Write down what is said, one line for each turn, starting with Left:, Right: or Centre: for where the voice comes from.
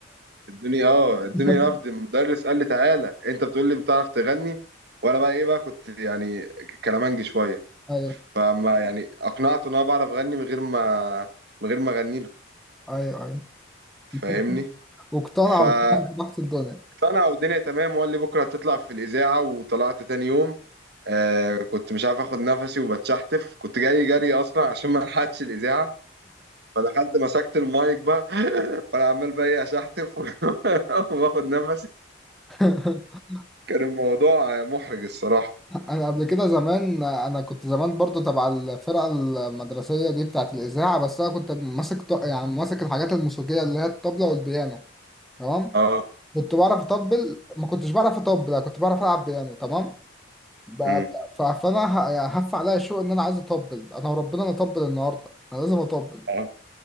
Right: الدنيا اه الدنيا
Centre: <laughs>
Right: رفض المدرس قال لي تعالى انت بتقول لي بتعرف تغني وانا بقى ايه بقى كنت يعني كلامنج شويه
Centre: ايوه
Right: فما يعني اقنعته ان انا بعرف اغني من غير ما من غير ما اغني له
Centre: ايوه ايوه
Right: فاهمني
Centre: <laughs> واقتنع
Right: فاقتنع
Centre: واقتنع بضغط الدنيا
Right: والدنيا تمام وقال لي بكره هتطلع في الاذاعه وطلعت تاني يوم آه كنت مش عارف اخد نفسي وبتشحتف كنت جاي جري اصلا عشان ما الحقتش الاذاعه فدخلت مسكت المايك بقى <laughs> وانا عمال بقى ايه اشحتف <laughs> واخد نفسي
Centre: <laughs>
Right: كان الموضوع محرج الصراحه
Centre: انا قبل كده زمان انا كنت زمان برضو تبع الفرقه المدرسيه دي بتاعه الاذاعه بس انا كنت ماسك ط- يعني ماسك الحاجات الموسيقيه اللي هي الطبله والبيانو تمام
Right: اه
Centre: كنت بعرف اطبل ما كنتش بعرف اطبل أنا كنت بعرف العب بيانو تمام ب-
Right: امم
Centre: ف- فانا ه- يعني هف عليا الشوق ان انا عايز اطبل انا وربنا انا اطبل النهارده انا لازم اطبل
Right: اه